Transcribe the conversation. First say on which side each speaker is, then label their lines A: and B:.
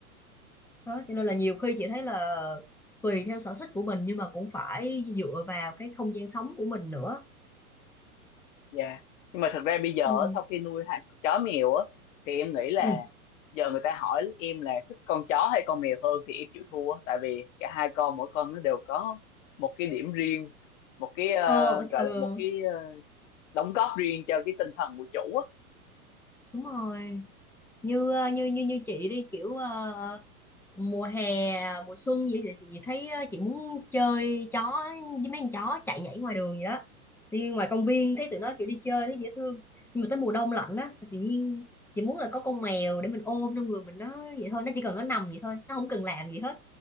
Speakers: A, in the centre; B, on the left.
A: Đó, cho nên là nhiều khi chị thấy là tùy theo sở thích của mình nhưng mà cũng phải dựa vào cái không gian sống của mình nữa.
B: Dạ. Nhưng mà thật ra bây giờ
A: Ừ.
B: á, sau khi nuôi hai con chó mèo á thì em nghĩ là
A: Ừ.
B: giờ người ta hỏi em là thích con chó hay con mèo hơn thì em chịu thua tại vì cả hai con mỗi con nó đều có một cái điểm riêng, một cái ờ,
A: Ờ,
B: gọi
A: ờ,
B: là một cái ờ, đóng góp riêng cho cái tinh thần của chủ á
A: đúng rồi. Như ờ, như như như chị đi kiểu ờ, mùa hè mùa xuân gì thì chị thấy ờ, chị muốn chơi chó với mấy con chó chạy nhảy ngoài đường gì đó đi ngoài công viên thấy tụi nó kiểu đi chơi thấy dễ thương nhưng mà tới mùa đông lạnh á tự nhiên chị muốn là có con mèo để mình ôm trong người mình nó vậy thôi nó chỉ cần nó nằm vậy thôi nó không cần làm gì hết